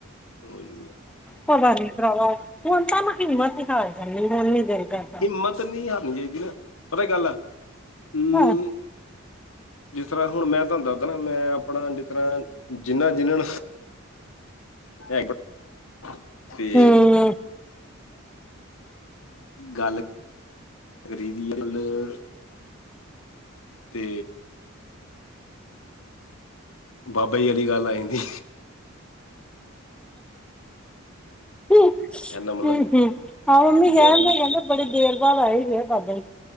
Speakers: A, on the left; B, in the centre.
A: ਹੋਜੂਗਾ।
B: ਪਤਾ ਨੀ ਭਰਾਵਾ, ਹੁਣ ਤਾਂ ਹਿੰਮਤ ਹੀ ਹਾਰ ਜਾਂਦੀ, ਹੁਣ ਨੀ ਦਿਲ ਕਰਦਾ।
A: ਹਿੰਮਤ ਨਹੀਂ ਹਾਰਨੀ ਚਾਹੀਦੀ ਨਾ, ਪਤਾ ਕੀ ਗੱਲ ਆ ਹਮ
B: ਹਾਂ।
A: ਜਿਸ ਤਰ੍ਹਾਂ ਹੁਣ ਮੈਂ ਤੁਹਾਨੂੰ ਦੱਸਦਾ ਨਾ, ਮੈਂ ਆਪਣਾ ਜਿਸ ਤਰ੍ਹਾਂ ਜਿੰਨ੍ਹਾਂ- ਜਿਨ੍ਹਾਂ ਨੂੰ ਹੈਬਿਟ ਤੇ
B: ਹੂੰ,
A: ਗੱਲ ਕਰੀ ਦੀ ਆ ਮਤਲਬ ਤੇ ਬਾਬਾ ਜੀ ਆਲੀ ਗੱਲ ਆ ਜਾਂਦੀ।
B: ਹੂ -ਹੂ
A: ਇਹਦਾ ਮਤਲਬ
B: ਆਹ ਮੰਮੀ
A: ਕੀ
B: ਕਹਿਣਾ
A: ਆ ਕਿ
B: ਤਾ ਕਹਿ ਦੋ। ਬੜੀ ਦੇਰ ਬਾਅਦ ਆਏ ਫੇਰ ਬਾਬਾ ਜੀ।